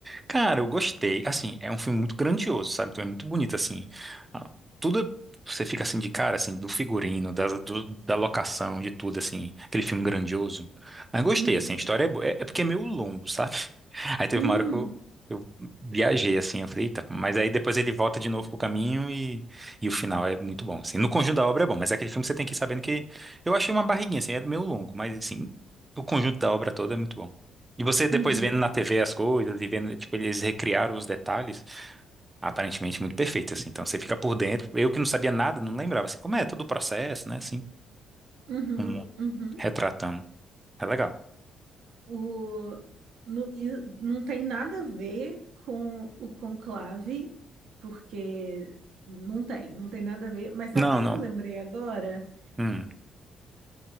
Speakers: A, on the right; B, on the right.
A: Cara, eu gostei. Assim, é um filme muito grandioso, sabe? Então é muito bonito, assim. Ah, Tudo você fica assim de cara, assim, do figurino, da, do- da locação, de tudo, assim. Aquele filme grandioso. Mas gostei,
B: Uhum.
A: assim, a história é boa. É, é porque é meio longo, sabe? <laughs> Aí teve
B: Hum,
A: uma hora que eu, eu viajei, assim, eu falei, eita, mas aí depois ele volta de novo pro caminho e, e o final é muito bom, assim. No conjunto da obra é bom, mas é aquele filme que você tem que ir sabendo que... Eu achei uma barriguinha, assim, é meio longo, mas, assim, o conjunto da obra toda é muito bom. E você depois
B: Uhum.
A: vendo na TV as coisas e vendo, tipo, eles recriaram os detalhes, aparentemente muito perfeito, assim. Então você fica por dentro. Eu que não sabia nada, não lembrava, assim, como é todo o processo, né, assim,
B: Uhum.
A: como
B: Uhum.
A: retratando. É legal.
B: O, no- e não tem nada a ver com o conclave, porque não tem, não tem nada a ver. Mas sabe
A: Não,
B: o que
A: não.
B: que eu lembrei agora?
A: Hum.